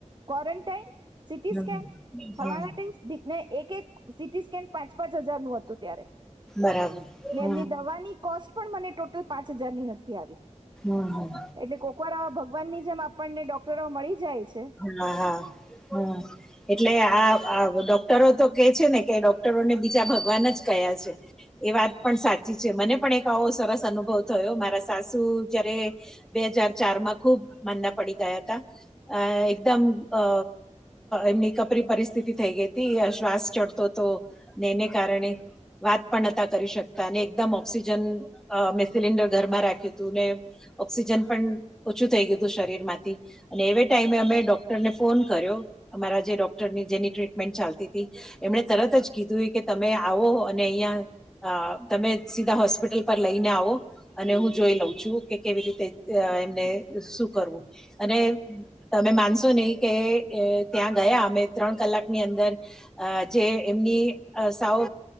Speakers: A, on the right; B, in the centre.
A: ક્રન્ટાઈન સિટી
B: હમ
A: સ્કન
B: હમ
A: ફલાણા ને એક એક સીટી સ્કેન પાંચ પાંચ હજાર નુ, હતું ત્યારે
B: બરાબર
A: ને
B: હમ
A: એમની દવાની કોસ્ટ પણ મને ટોટલ પાંચ હજાર ની નથી, આવી
B: હમ-હમ.
A: એટલે કોકવારાવા ભગવાન ની જેમ આપણને ડોક્ટરો મળી જાય છે.
B: હાલવ, હમ- એટલે આ ડોક્ટરો તો કે છેને, કે ડોક્ટરોને બીજા ભગવાન જ કયા છે એ વાત પણ સાચી છે મને પણ એક આવો સરસ અનુભવ થયો મારા સાસુ જયારે બે હજાર ચાર માં ખુબ મંદા પડી ગયા હતા અ એકદમ અ એમની કપરી પરિસ્થિતિ થઈ ગઈ હતી, શ્વાસ ચડતો હતો ને એને કારણે વાત પણ નતા કરી શકતા અને એકદમ ઓક્સિજન મેં સિલિન્ડર ઘરમાં રાખ્યું હતુ, ને ઓક્સિજન પણ ઓછું થઈ ગયું હતું શરીર માંથી અને એ ટાઈમે અમે ડોક્ટરને ફોન કર્યો અમારા જે ડોક્ટરની જેની ટ્રીટમેન્ટ ચાલતી હતી. એમણે તરત જ કીધું કે તમે આવો અને અહિયાં અ તમે સીધા હોસ્પિટલ પર લઈને આવો અને હું જોઈ લઉં છું કે કેવી રીતે એમને શું કરવું અને તમે માનશો નહી કે ત્યાં ગયા અમે ત્રણ કલાકની અંદર અ જે એમની સાઓ